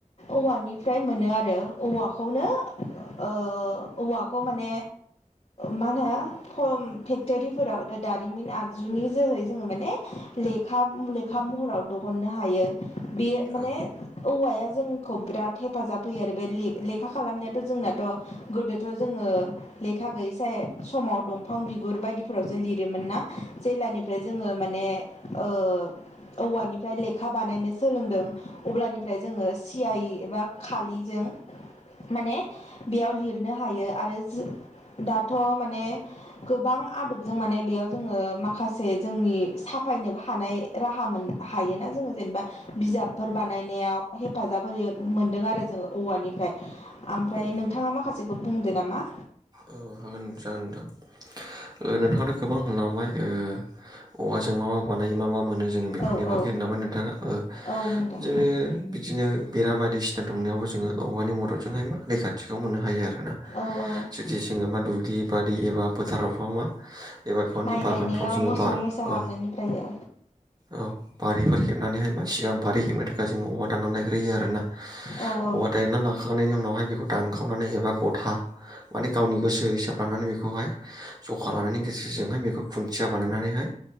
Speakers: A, on the left; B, on the right.
A: औवानिफ्राय मोनो आरो औवाखौनो ओ औवाखौ माने मा होनो खम फेक्टरि फोराव दारिमिन आगजुनि जोहै जोङो माने लेखा लेखा महराव दहननो हायो। बेयो माने
B: औ
A: औवाया जोंखौ बिराद हेफाजाब होयो आरो बे ले लेखा खालामनायाथ' जोंनाथ' गोदोथ' जोङो लेखा गै साय समाव दंफां बिगुर बायदिफोरावसो लिरोमोन ना जेलानिफ्राय जोङो माने ओ औवानिफ्राय लेखा बानायनो सोलोंदों अब्लानिफ्राय जोङो सि आइ एबा खालिजों माने बेयाव लिरनो हायो आरो दाथ' माने गोबां आदबजों माने बेयाव जोङो माखासे जोंनि साफायनोबो हानाय राहा मोन। हायोना जोङो जेनेबा बिजाबफोर बानायनायाव हेफाजाब होयो मोनदों आरो जोङो औवानिफ्राय। ओमफ्राय
B: जों औ
A: नोंथाङा माखासेखौ बुंदो नामा?
B: औ हागोन जागोन नोंथां। ओ नोंथां आथ' गोबां लांबाय ओ औवाजों मा मा माबानायो मा मा मोनो जोङो बेफोरनि
A: औ
B: बागै
A: औ
B: होनामा नोंथाङा ओ
A: औ बुंदों
B: जोङो बिदिनो बेरा बायदिसिना दुंनायावबो जोङो औवानि मददजोंहाय मा रैखाथिखौ मोननो हायो आरोना
A: औ औ
B: जुदि जोङो मा दुब्लि बारि एबा फोथारावफ्राव मा एबा गावनि
A: माइ गायनायाव
B: बागानफ्राव जोङो
A: मोसौ
B: बा
A: मैसा
B: औ
A: हाबनायनिफ्रायो
B: औ बारिफोर खेबनानैहाय मा सिगां बारि हेबनो थाखाय जोङो औवा दानानानै लायग्रोयो आरोना। औवा
A: औ औ
B: दायना लाखांनायनि उनावहाय बेखौ दानखावनानै एबा गथा। माने गावनि गोसो हिसाब लानानै बेखौहाय ज' उखाना लानायनि गेजेरजोंहाय बेखौ खुन्थिया बानायनानैहाय